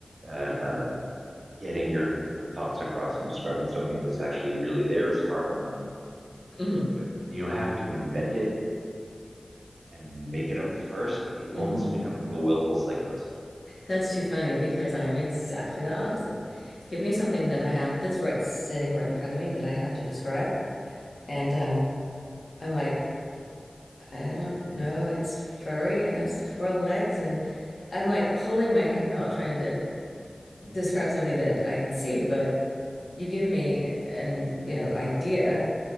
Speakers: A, on the right; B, on the left.
A: uh, uh, getting your your thoughts across and describing something that's actually really there is hard enough
B: hmm
A: but when you have to invent it and make it up first, it
B: hmm
A: almost becomes like a willful psychosis. <laughs>
B: That's too funny because I am exactly the opposite. Give me something that I have that's right sitting right in front of me that I have to describe. And um, I'm like, I don't know. It's furry and has four legs. And I'm like pulling my hair out trying to describe something that I can see. But you give me an, you know, idea